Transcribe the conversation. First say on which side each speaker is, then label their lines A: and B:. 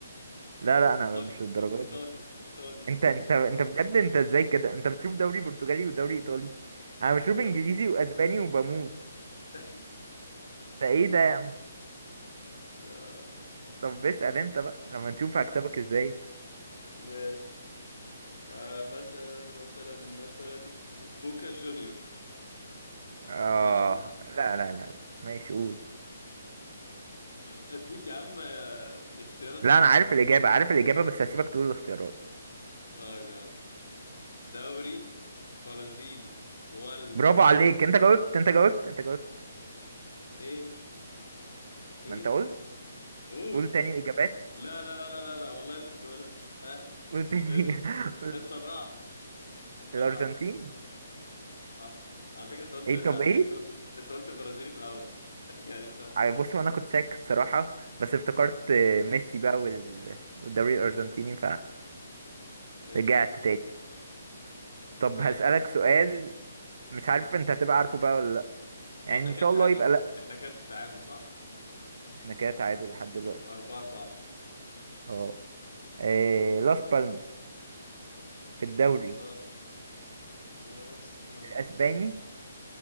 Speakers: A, on the right; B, on the left.
A: لا لا انا
B: ايطالي
A: مش للدرجه
B: ايطالي
A: دي
B: ايطالي
A: انت انت انت بجد انت ازاي كده انت بتشوف دوري برتغالي ودوري ايطالي انا بشوف
B: ايطالي
A: انجليزي واسباني وبموت
B: <laughs>
A: ده ايه ده يا عم
B: آه،
A: طب اسال انت بقى لما نشوف هكسبك ازاي
B: ماشي آه، مثلا مثلا مثلا بوكا جونيورز
A: اه
B: ماشي <laughs>
A: لا لا لا لا ماشي قول
B: هديك يا عم آه، اختيارات
A: لا
B: سهله
A: انا عارف الاجابه عارف الاجابه بس هسيبك تقول الاختيارات
B: طيب يا عم دوري برازيلي ولا
A: برافو
B: ارجنتين
A: عليك انت جاوبت انت جاوبت انت جاوبت
B: ايه ايه
A: ما انت قلت
B: قول
A: قول تاني الاجابات
B: لا لا لا لا لا, لا. والله انت تقولها ها
A: قول تاني
B: عشان انت اتس-
A: <laughs> قول.
B: اتسرعت اتسرعت
A: الارجنتين
B: صح على فكرة انت قلت
A: ايه
B: على
A: طب ايه
B: فكرة انت قلت انت قلت برازيلي في الاول <laughs> يعني انت
A: ع- بص هو انا كنت شاك الصراحه بس افتكرت آه، ميسي بقى وال- والدوري الارجنتيني
B: ماشي
A: فرجعت تاني طب
B: ماشي
A: هسألك
B: يا عم
A: سؤال مش عارف انت هتبقى عارفه بقى ولا لا يعني
B: هو احنا
A: ان
B: كده
A: شاء
B: تعادل
A: الله يبقى لا
B: احنا إحنا كده تعادل صح
A: احنا كده تعادل لحد دلوقتي
B: أربعة أربعة
A: اه آه، لاس بالماس في الدوري
B: لا لاس بالماس
A: الاسباني